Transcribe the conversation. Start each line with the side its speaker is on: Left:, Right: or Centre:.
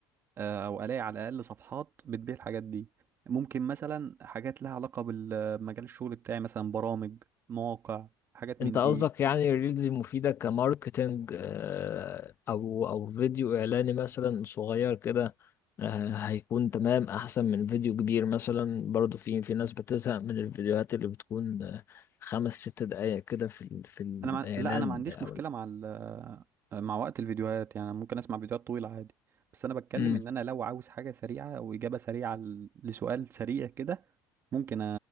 Right: أه او الاقي على الاقل صفحات بتبيع الحاجات دي ممكن مثلا حاجات لها علاقه بال- بمجال الشغل بتاعي مثلا برامج مواقع حاجات
Left: انت
Right: من
Left: قصدك
Right: دي
Left: يعني الريلز المفيدة كماركتينج آه، او او فيديو اعلاني مثلا صغير كده آه، هيكون تمام احسن من فيديو كبير مثلا برضو في في ناس بتزهق من الفيديوهات اللي بتكون آه، خمس ست دقايق كده في ال- في الاعلان
Right: انا مع... لا انا ما عنديش
Left: او
Right: مشكله مع ال... مع وقت الفيديوهات يعني ممكن اسمع فيديوهات طويله عادي بس انا بتكلم
Left: امم
Right: ان انا لو عاوز حاجه سريعه او اجابه سريعه ل- لسؤال سريع كده ممكن أ-